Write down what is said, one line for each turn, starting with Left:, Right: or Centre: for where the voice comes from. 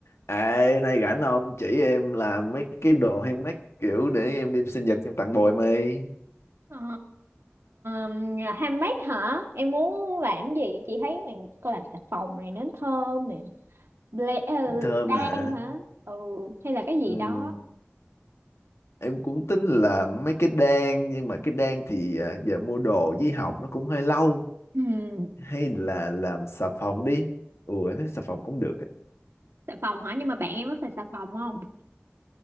Left: Ê, nay rảnh không? Chỉ em làm mấy cái đồ handmade kiểu để em đem sinh nhật em tặng bồi mày.
Right: Ờ, um, handmade hả? Em muốn làm gì? Chị thấy này, cô làm xà phòng này, nến thơm nè, ble, ờ,
Left: Em thơm
Right: đan
Left: hả?
Right: hả? Ừ, hay là cái gì
Left: Ừm,
Right: đó.
Left: em cũng tính là mấy cái đan nhưng mà cái đan thì à, giờ mua đồ với học nó cũng hơi lâu.
Right: Ừ,
Left: Hay là làm xà phòng đi. Ủa, em thấy xà phòng cũng được. á.
Right: xà phòng hả? Nhưng mà bạn em có xài xà phòng không?